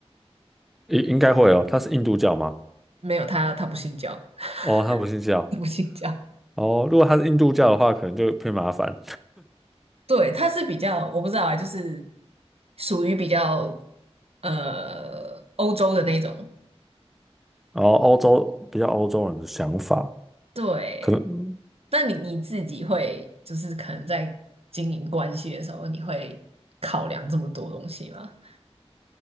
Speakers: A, in the centre; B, on the right.
A: 应应该会哦。他是印度教吗？
B: 没有他，他不信教，
A: 哦，他不信教。
B: <laughs> 不信教。
A: 哦，如果他是印度教的话，可能就偏麻烦。
B: 对，他是比较，我不知道啊，就是属于比较呃欧洲的那种。
A: 然后欧洲比较欧洲人的想法，
B: 对，
A: 可能
B: 那你你自己会就是可能在经营关系的时候，你会考量这么多东西吗？